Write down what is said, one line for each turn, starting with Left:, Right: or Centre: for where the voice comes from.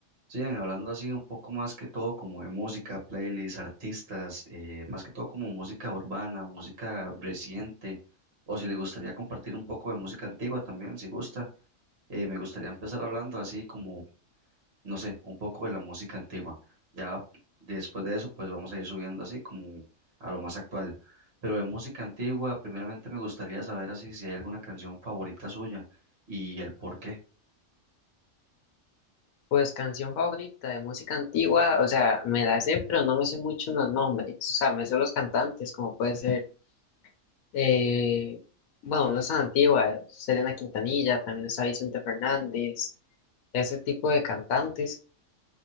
Right: Sigan hablando así un poco más que todo como de música, playlists, artistas, eh, más que todo como música urbana, música reciente, o si le gustaría compartir un poco de música antigua también, si gusta, eh, me gustaría empezar hablando así como, no sé, un poco de la música antigua. Ya después de eso, pues vamos a ir subiendo así como a lo más actual. Pero de música antigua, primeramente me gustaría saber así si hay alguna canción favorita suya y el por qué.
Left: Pues canción favorita de música antigua, o sea, me la sé, pero no me sé mucho los nombres, o sea, me sé los cantantes, como puede ser, eh, bueno, no es tan antigua, Selena Quintanilla, también está Vicente Fernández, ese tipo de cantantes,